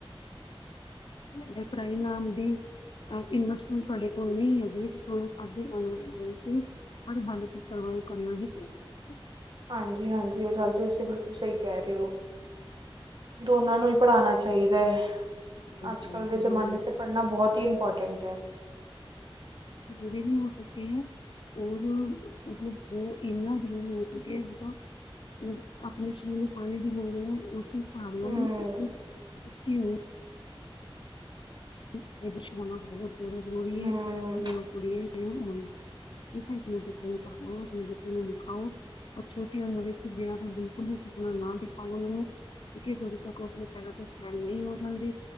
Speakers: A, on the left (about 60°); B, on the right (about 55°).
A: ਤੁਹਾੇ ਪਰਾ ਪਾਈ ਨਾਮ ਇਨਵਸਟਮੈਂਟ ਤੁਹਾਡੇ ਕੋਲ ਨਹੀਂ ਹੈਗੀ <unintelligible>
B: ਹਾਂਜੀ ਹਾਂਜੀ ਇਹ ਗੱਲ ਤੇ ਅਸੀਂ ਬਿਲਕੁਲ ਸਹੀ ਕਹਿ ਰਹੇ ਹੋ। ਦੋਨਾਂ ਨੂੰ ਹੀ। ਪੜ੍ਹਾਣਾ ਚਾਹੀਦਾ ਹੈ।
A: ਦੋਨੋਂ
B: <unintelligible>
A: ਤਰ੍ਹਾਂ ਜਦੋਂ ਬਹੁਤ ਜ਼ਰੂਰੀ ਵੀ ਹੋ ਚੁੱਕੇ ਹੈ। ਔਰ ਮਤਲਬ ਬਹੁ ਇੰਨਾ ਜ਼ਰੂਰੀ ਹੋ ਚੁੱਕਿਆ ਹੈ। ਜਿੱਦਾਂ ਮਤਲਬ ਆਪਣੇ ਸਰੀਰ ਨੂੰ ਪਾਣੀ ਦੀ ਲੋੜ ਹੈ ਉਸ ਸ
B: ਹੂੰ
A: ਇੱਕ ਬੱਚੀ ਉਹ ਇਹਛ ਮ ਬਹੁ ਚੜ ਗੋੜੀਏ
B: ਹੂੰ
A: ਇਹ ਉ ਪੁੜੀਏ ਹੋ ਇਹ ਤਾਂ ਆਪਣੇ ਬੱਚੇ ਨੂੰ ਤਓ ਆਪਣੇ ਬੱਚੇ ਨੂੰ ਵਿਖਾਓ ਪਰ ਛੋਟੀ ਉਮਰ ਵਿੱਚ ਵਿਆਹ ਦਾ ਬਿਲਕੁਲ ਵੀ ਸੁਪਨਾ ਨਾ ਦਿਖਾਓ ਉਹਨਾਂ ਨੂੰ ਕਿਉਕਿ ਜਦੋਂ ਤੱਕ ਉਹ ਆਪਣੇ ਪੈਰਾਂ ਤੇ ਸਟੈਂਡ ਨਹੀਂ ਹੋ ਜਾਂਦੇ